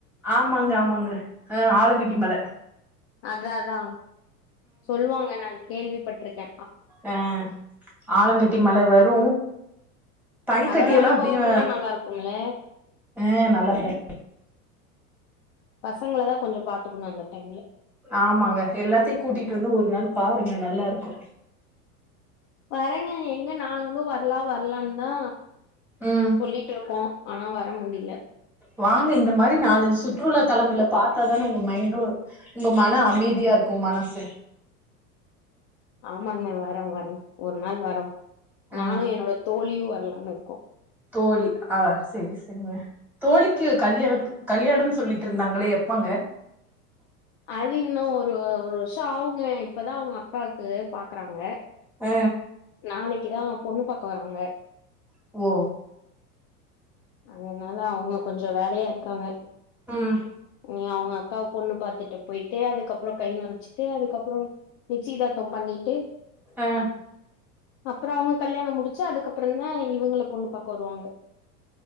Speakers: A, in the centre; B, on the left.
A: ஆமாங்க ஆமாங்க ஆ ஆலாங்கட்டி மழ
B: அதா அதா சொல்லுவாங்க நா கேள்விப்பட்ருக்கே
A: அ ஆலங்கட்டி மழ வரு பனிக்கட்டியெல்லா
B: அதோட அனுபவம்லா
A: அப்டியே
B: நல்லா இருக்கும்ல
A: அ நல்லா இருக்கு
B: பசங்கள தா கொஞ்ச பாத்துக்கணு இந்த டைம்ல
A: ஆமாங்க எல்லாத்தையு கூட்டிட்டு வந்து ஒரு நாள் பாருங்க நல்லா இருக்கு
B: வரேங்க எங்க நாங்களு வர்லா வர்லான் தா
A: ம்
B: சொல்லிட்டு இருக்கோ ஆனா வர முடியல
A: வாங்க இந்த மாரி நாலஞ்சு சுற்றுலா தலங்கல பாத்தாதானே உங்க மைண்டு உங்க மன அமைதியா இருக்கு மனசு
B: ஆமாங்க வரோ வரோ ஒரு நாள் வரோ
A: ஆ
B: நானு என்னோட தோழியு வரலான் இருக்கோ
A: தோழி ஆ சேரி சேரிங்க தோழிக்கு கல்யாண கல்யாணம்னு சொல்லிட்ருந்தாங்களே எப்பங்க
B: அது இன்னு ஒரு ஒரு வர்ஷ ஆவுங்க இப்பதா அவ்ங்க அக்காவுக்கு பாக்குறாங்க
A: அ
B: நாளைக்குதா பொண்ணு பாக்க வறாங்க
A: ஓ
B: அதனால அவ்ங்க கொஞ்ச வேலையா இருக்காங்க
A: ம்
B: ஓ அவ்ங்க அக்காவ பொண்ணு பாத்துட்டு போயிட்டு அதுக்கப்ற கை நனச்சு ட்டு அதுக்கப்ற நிச்சியதார்த்தம் பண்ணிட்டு
A: ஆ
B: அப்றோ அவ்ங்க கல்யாண முடிச்சு அதுக்கப்றந்தா இவுங்கள பொண்ணு பாக்க வருவாங்க